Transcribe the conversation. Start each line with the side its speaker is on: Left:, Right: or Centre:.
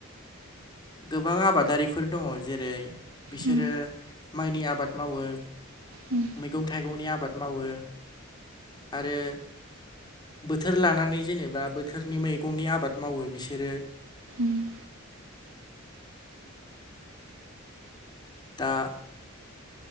Left: गोबां आबादारिफोर दङ जेरै बिसोरो
Right: उम
Left: माइनि आबाद मावो।
Right: उम
Left: मैगं थाइगंनि आबाद मावो आरो बोथोर लानानै जेनेबा बोथोरनि मैगंनि आबाद मावो बिसोरो।
Right: उम
Left: दा